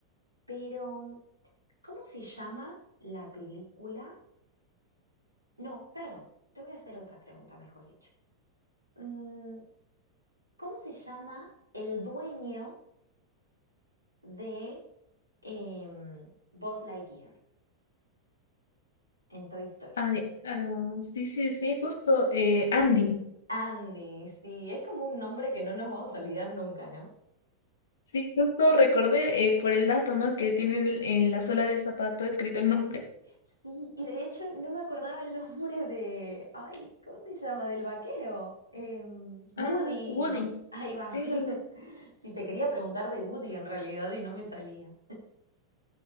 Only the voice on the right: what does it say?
Pero, ¿cómo se llama la película? No, perdón, te voy a hacer otra pregunta, mejor dicho. Mm, ¿cómo se llama el dueño de em, Buzz Lightyear en Toy Story?
Andy, sí, es como un nombre que no nos vamos a olvidar nunca, ¿no?
Sí, y de hecho no me acordaba el nombre de, ay, ¿cómo se llama? Del vaquero. Em, Woody.
Ahí va.
<laughs> Si te quería preguntar de Woody en realidad y no me salía.